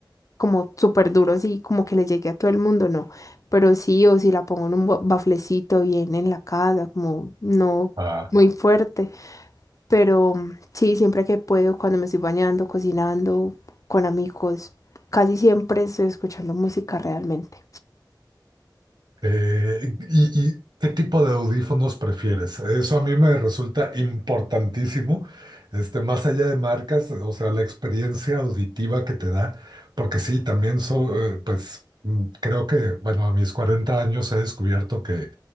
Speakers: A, on the left; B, on the right.
A: como súper duro, así como que le llegue a todo el mundo, no. Pero sí, o si la pongo en un ba- baflecito bien en la casa, como no
B: Ah,
A: muy fuerte, pero sí, siempre que puedo, cuando me estoy bañando, cocinando, con amigos, casi siempre estoy escuchando música realmente.
B: Eh, y, y qué tipo de audífonos prefieres? Eso a mí me resulta importantísimo, este, más allá de marcas, o sea, la experiencia auditiva que te da, porque sí, también so- eh, pues mm, creo que, bueno, a mis 40 años he descubierto que